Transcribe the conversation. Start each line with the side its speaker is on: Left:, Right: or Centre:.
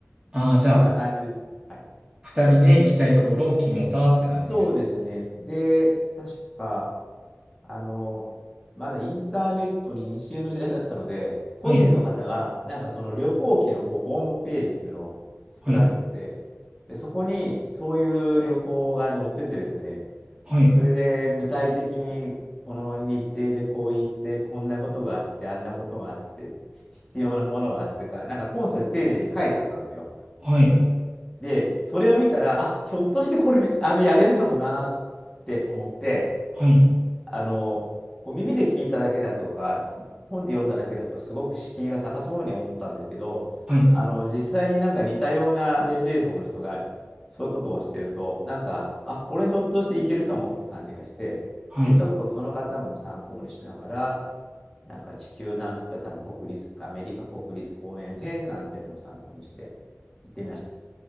Right: ああ、じゃあ、
Left: そんな感じですね。はい
Right: 二人で行きたいところを決めたって感じです。
Left: そうですね。で、確か、あの、まだインターネットに西江の時代だったので、個人の方が、
Right: はい、
Left: なんかその旅行記のこうホームページっていうのを作られてて、
Right: はい、
Left: で、そこにそういう旅行が載っててですね、
Right: はい、
Left: それで具体的にこの日程でこう行って、こんなことがあって、あんなことがあって、必要なものはあってとか、なんかコンサス丁寧に書いてあったんですよ。
Right: はい、
Left: で、それを見たら、あ、ひょっとしてこれ、あの、やれるかもなって思って、
Right: はい、
Left: あの、こう耳で聞いただけだとか、本で読んだだけだと、すごく敷居が高そうに思ったんですけど、
Right: はい、
Left: あの、実際になんか似たような年齢層の人が、そういうことをしてると、なんか、あ、これひょっとしていけるかもって感じがして、
Right: はい。
Left: で、ちょっとその方のも参考にしながら、なんか地球の歩き方の国立、アメリカ国立公園編なんていうのも参考にして行ってみました。